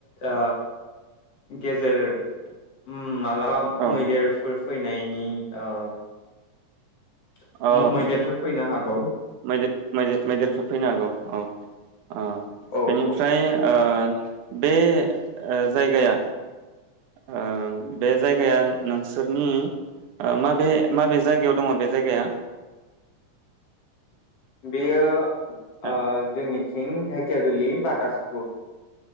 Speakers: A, on the left; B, on the right.
A: ओ गेजेर ओम माला
B: औ
A: मैदेरफोर फैनाय <unintelligible>
B: औ
A: मैदेरफोर फैनो हागौ
B: मैदेर मदेर मैदेरफोर फैनो हागौ औ आ
A: औ
B: बेनिफ्राय
A: औ
B: ओ बे ओ जायगाया ओ बे जायगाया नोंसोरनि माबे माबे जायगायाव दङ बे जायगाया?
A: बेयो
B: अ
A: ओ जोंनि सिं धेकियाजुलि बतासीपुर